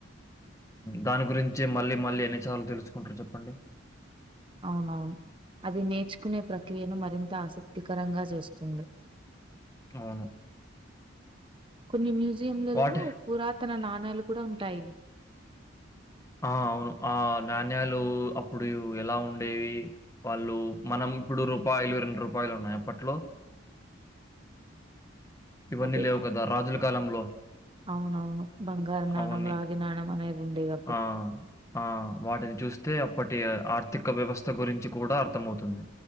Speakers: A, on the left (about 15°); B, on the right (about 25°).
A: దాని గురించే మళ్ళీ మళ్ళీ ఎన్నిసార్లు తెలుసుకుంటారు చెప్పండి
B: అవునవును అది నేర్చుకునే ప్రక్రియను మరింత ఆసక్తికరంగా చేస్తుంది
A: అవును
B: కొన్ని మ్యూజియంలలో
A: వాటి
B: పురాతన నాణాలు కూడా ఉంటాయి
A: ఆ అవును ఆ నాణ్యాలు అప్పుడు ఎలా ఉండేవి వాళ్ళు మనం ఇప్పుడు రూపాయలు రెండు రూపాయలు ఉన్నాయి అప్పట్లో ఇవన్నీ
B: అదే
A: లేవు కదా రాజుల కాలంలో
B: అవునవును బంగారు నాణం
A: అవన్నీ.
B: రాగి నాణం మనే ఉండేవి
A: ఆ ఆ వాటిని చూస్తే అప్పటి ఆర్థి ఒక వ్యవస్థ గురించి కూడా అర్థమవుతుంది